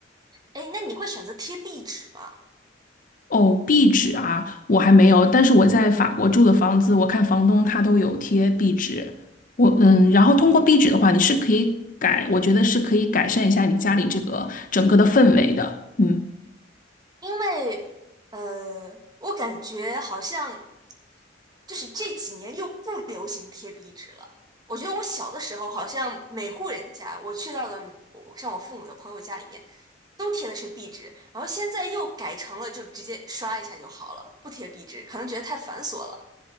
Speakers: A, on the right; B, on the left.
A: 哎，那你会选择贴壁纸吗？
B: 哦，壁纸啊，我还没有，但是我在法国住的房子，我看房东他都有贴壁纸。我嗯，然后通过壁纸的话，你是可以改，我觉得是可以改善一下你家里这个整个的氛围的。嗯。
A: 因为呃，我感觉好像就是这几年又不流行贴壁纸了。我觉得我小的时候，好像每户人家我去到的，我像我父母的朋友家里面，都贴的是壁纸，然后现在又改成了就直接刷一下就好了，不贴壁纸，可能觉得太繁琐了。